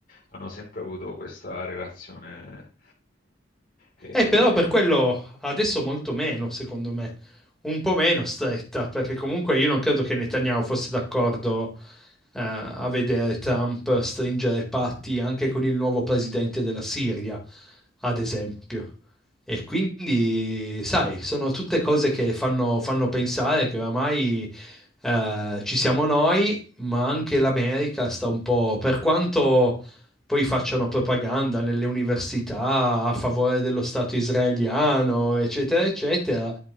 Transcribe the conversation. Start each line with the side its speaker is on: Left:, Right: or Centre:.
Left: hanno sempre avuto questa relazione eh,
Centre: Eh, però per quello adesso molto meno, secondo me, un po' meno stretta, perché comunque io non credo che Netanyahu fosse d'accordo eh, a vedere Trump stringere patti anche con il nuovo presidente della Siria, ad esempio. E quindi, sai, sono tutte cose che fanno, fanno pensare che oramai eh, ci siamo noi, ma anche l'America sta un po', per quanto poi facciano propaganda nelle università a favore dello Stato israeliano, eccetera, eccetera.